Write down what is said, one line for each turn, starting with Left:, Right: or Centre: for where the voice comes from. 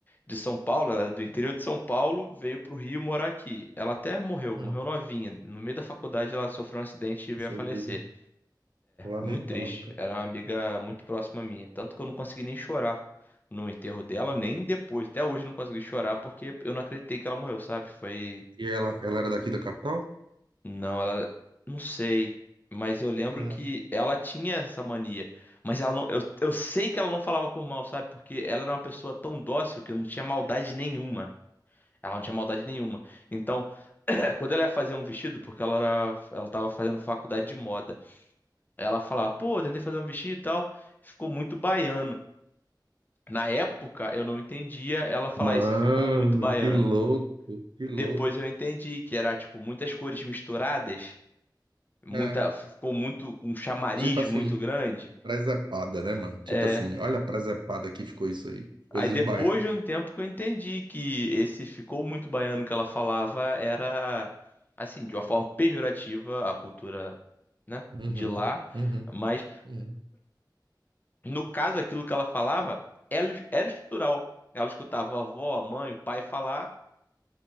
Left: de São Paulo, ela era do interior de São Paulo, veio pro Rio morar aqui. Ela até morreu,
Right: hum.
Left: morreu novinha. No meio da faculdade ela sofreu um acidente
Right: Puxa
Left: e veio a falecer.
Right: vida, lamentável,
Left: Muito triste.
Right: cara.
Left: Era uma amiga muito próxima minha, tanto que eu não consegui nem chorar no enterro dela, nem depois. Até hoje eu não consegui chorar porque eu não acreditei que ela morreu, sabe? Foi,
Right: E ela, ela era daqui da capital?
Left: não, ela não sei. Mas eu lembro
Right: Hum.
Left: que ela tinha essa mania. Mas ela não... eu, eu sei que ela não falava por mal, sabe? Porque ela era uma pessoa tão dócil que não tinha maldade nenhuma. Ela não tinha maldade nenhuma. Então, <clears throat> quando ela ia fazer um vestido, porque ela era, ela tava fazendo faculdade de moda, ela falava, pô, eu tentei fazer um vestido e tal, ficou muito baiano. Na época, eu não entendia ela falar
Right: Mano,
Left: isso, ficou muito baiano.
Right: que louco, que louco.
Left: Depois eu entendi que era, tipo, muitas cores misturadas, muita,
Right: É,
Left: ficou muito, com um chamariz
Right: tipo assim,
Left: muito grande.
Right: presepada, né, mano? Tipo
Left: É,
Right: assim, olha a presepada que ficou isso aí. Coisa
Left: Aí depois
Right: de baiano.
Left: de um tempo que eu entendi que esse ficou muito baiano que ela falava era assim, de uma forma pejorativa a cultura, né,
Right: Uhum,
Left: de lá,
Right: uhum,
Left: mas
Right: uhum.
Left: no caso aquilo que ela falava ela- era estrutural. Ela escutava a avó, a mãe, o pai falar,